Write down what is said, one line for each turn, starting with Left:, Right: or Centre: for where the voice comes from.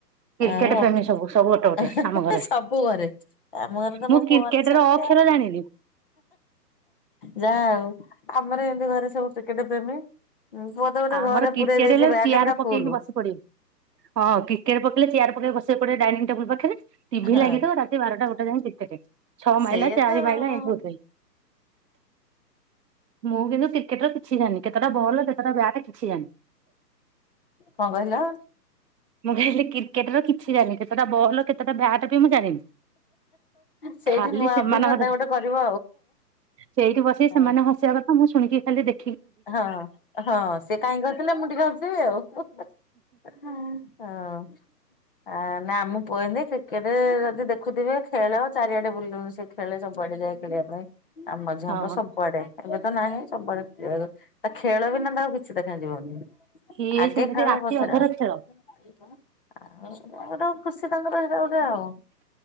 Right: କ୍ରିକେଟ
Left: ଆଉ
Right: ପ୍ରେମୀ ସବୁ ସବୁ ଗୋଟେ ଗୋଟେ
Left: <unintelligible>
Right: ଆମ ଘରେ
Left: ସବୁ ଘରେ ଆମ ଘରେ ତ
Right: ମୁଁ
Left: ମୋ
Right: କ୍ରିକେଟ
Left: ପୁଅ ମାନେ ସେମିତି।
Right: ର ଅକ୍ଷର ଜାଣିନି।
Left: ଯା ହୋଉ ଆମର ଏମିତି ଘରେ ସବୁ କ୍ରିକେଟ ପ୍ରେମୀ। ପୁଅ ତ ଗୋଟେ
Right: ଆମର
Left: ଘରେ
Right: କ୍ରିକେଟ
Left: ପୁରେଇ ଦେଇଛି
Right: ହେଲେ
Left: ବ୍ୟଟ
Right: ଚେୟାର
Left: ପୁରା
Right: ପକେଇକି
Left: ଫୁଲ।
Right: ବସି ପଡିବୁ। ହଁ କ୍ରିକେଟ୍ ପକେଇଲେ ଚେୟାର ପକେଇ ବସିବ ଏପଟେ ଡାଇିଂ ଟେବୁଲ ପାଖରେ ଟିଭି
Left: ହଁ
Right: ଲାଗିଥିବ ବାରଟା ଗୋଟେ ଯାଇଏ ଟିଭି ଲାଗିଥିବ ଛଅ
Left: ସେଇଆ
Right: ମାଇଲା ଚାରି
Left: ତ ଆଉ
Right: ମାଇଲା ଏମିତି ହେଉଥିବେ। ମୁଁ କିନ୍ତୁ କ୍ରିକେଟ ର କିଛି ଜାଣିନି କେତେଟା ବଲ କେତଟା ବ୍ୟାଟ୍ କିଛି ଜାଣିନି।
Left: କଣ କହିଲ?
Right: ମୁଁ କହିଲି କ୍ରିକେଟ ର କିଛି ଜାଣିନି କେତଟା ବଲ୍ କେତଟା ବ୍ୟାଟ୍ ବି ମୁଁ ଜାଣିନି
Left: ସେଇଠି
Right: ଖାଲି
Left: ନୂଆ
Right: ସେମାନ
Left: ଅଭିଜ୍ଞତା
Right: କତ୍
Left: ଗୋଟେ କରିବ
Right: ସେଇଠି ବସି
Left: ଆଉ।
Right: ସେମାନେ ହସିବା କଥ୍ ହଁ ମୁଁ ଶୁଣିକି ଖାଲି ଦେ
Left: ହଁ ହଁ ସେ କାହିଁକି ହସିଲେ ମୁଁ ଟିକେ ହସିଦେବୀ ଆଉ ହୁ ହୁ। ହଁ ଆ ନା ମୁଁ ପୋଏନେ କ୍ରିକେଟେରେ ଯଦି ଦେଖୁଥିବେ ଖେଳ ଚାରିଆଡେ ବୁଲୁନି ସେ ଖେଳେ ସବୁଆଡେ ଯାଏ ଖେଳିଆ ପାଇଁ ଆମ୍ ମଝିଆଁ
Right: ହଁ
Left: ପୁଅ ସବୁଆଡେ ଏବେ ତ ନାହିଁ ସବୁଆଡେ ଏ ଖେଳ ବିନା ତାକୁ କିଛି ଦେଖା ଯିବନି
Right: ଇଏ
Left: ଆଗେ
Right: ସେମିତି
Left: ଖେଳ
Right: ରାତି
Left: ପଛରେ
Right: ଅଧର
Left: ଆ ଆଗ୍
Right: ଖେଳ।
Left: ଡୁପ୍। ଖୁସି ତାଙ୍କର ହେରା ଗୋଟେ ଆଉ